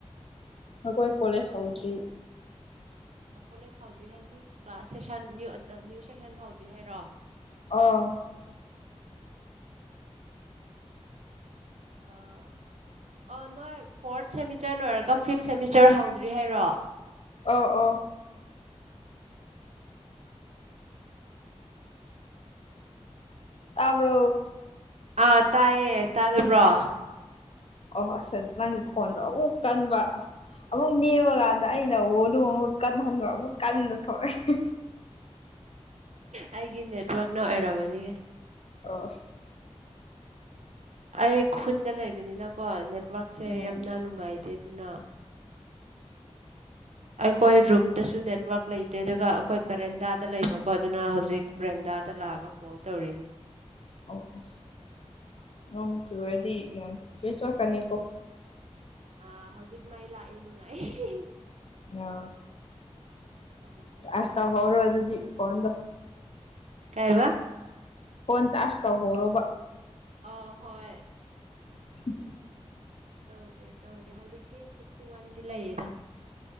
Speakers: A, on the left; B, on the right.
A: ꯑꯩꯈꯣꯏ ꯀꯣꯂꯦꯖ ꯍꯧꯗ꯭ꯔꯤ
B: ꯑꯣ ꯀꯣꯂꯦꯖ ꯍꯧꯗ꯭ꯔꯤ ꯍꯥꯏꯗꯤ ꯀ꯭ꯂꯥꯁ ꯁꯁꯟ ꯅ꯭ꯌꯨ ꯁꯦꯁꯟ ꯍꯧꯗ꯭ꯔꯤ ꯍꯥꯏꯔꯣ
A: ꯑ
B: ꯑꯥ ꯑꯣ ꯅꯣꯏ ꯐꯣꯔꯠ ꯁꯦꯃꯤꯁꯇꯔ ꯂꯣꯏꯔꯒ ꯐꯤꯞ ꯁꯦꯃꯤꯁꯇꯔ ꯍꯧꯗ꯭ꯔꯤ ꯍꯥꯏꯔꯣ
A: ꯑ ꯑꯣ ꯇꯥꯕ꯭ꯔꯣ
B: ꯑꯥ ꯇꯥꯏꯌꯦ ꯇꯥꯗꯕ꯭ꯔꯣ
A: ꯑꯣꯣꯁꯦ ꯅꯪ ꯀꯣꯟ꯭ꯔꯣ ꯑꯣ ꯀꯟꯕ ꯑꯃꯨꯛ ꯅꯦꯝꯃꯀꯥꯟꯗ ꯑꯩꯅ ꯑꯣꯗꯨ ꯑꯃꯨꯛ ꯀꯟꯍꯟꯕ ꯑꯃꯨꯛ ꯀꯟꯅ ꯊꯣꯛꯂꯛꯑꯦ
B: ꯑꯩꯒꯤ ꯅꯦꯠꯋꯛꯅ ꯑꯣꯏꯝꯔꯕꯅꯤ
A: ꯑꯥ
B: ꯑꯩ ꯈꯨꯟꯗ ꯂꯩꯕꯅꯤꯅꯀꯣ ꯅꯦꯠꯋꯔꯛꯁꯦ
A: ꯎꯝ
B: ꯌꯥꯝꯅ ꯅꯨꯡꯉꯥꯏꯇꯦ ꯑꯗꯨꯅ ꯑꯩꯈꯣꯏ ꯔꯨꯝꯗꯁꯨ ꯅꯦꯠꯋꯔꯛ ꯂꯩꯇꯦ ꯑꯗꯨꯒ ꯑꯩꯈꯣꯏ ꯕ꯭ꯔꯦꯟꯗꯥꯗ ꯂꯩꯕꯀꯣ ꯑꯗꯨꯅ ꯍꯧꯖꯤꯛ ꯕ꯭ꯔꯦꯟꯗꯥꯗ ꯂꯥꯛꯑꯒ ꯀꯣ ꯇꯧꯔꯤꯅꯤ
A: ꯑꯣ ꯑꯁ ꯅꯣꯡ ꯆꯨꯔꯗꯤ ꯌꯥꯝ ꯂꯣꯏ ꯆꯣꯛꯀꯅꯤꯀꯣ
B: ꯑꯥ ꯍꯧꯖꯤꯛ ꯃꯩ ꯂꯥꯛꯑꯦ ꯅꯨꯡꯉꯥꯏ <unintelligible>
A: ꯌꯥ
B: ꯍꯧꯖꯤꯛꯇ
A: ꯆꯥꯔꯖ
B: ꯃꯥꯏ
A: ꯇꯧꯍꯧꯔꯣ
B: ꯂꯥꯛꯏ
A: ꯑꯗꯨꯗꯤ ꯐꯣꯟꯗꯣ
B: ꯀꯥꯏꯕ
A: ꯐꯣꯟ ꯆꯥꯔꯖ ꯇꯧꯍꯧꯣꯔꯕ
B: ꯑꯍꯣꯏ
A: <inaudible>
B: ꯇꯧꯒꯦ ꯇꯧꯒꯦ ꯍꯧꯖꯤꯛꯇꯤ ꯐꯤꯞꯇꯤ ꯋꯥꯟꯗꯤ ꯂꯩꯌꯦꯗ